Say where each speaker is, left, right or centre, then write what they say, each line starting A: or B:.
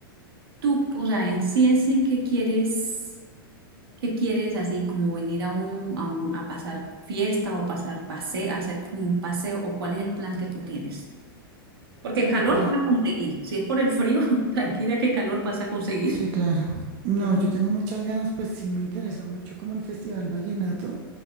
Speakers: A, on the right; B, on the right.
A: Tú, o sea, en sí en sí, ¿qué quieres, qué quieres así como venir a un, a un, a pasar fiesta o pasar paseo, hacer como un paseo o cuál es el plan que tú tienes? Porque
B: Bueno,
A: calor
B: pues yo
A: vas a conseguir. Si es por el frío, <laughs> tranquila que calor vas a conseguir.
B: Sí, claro. No,
A: Y es mo-
B: yo tengo muchas ganas, pues sí me interesa mucho como el Festival Vallenato.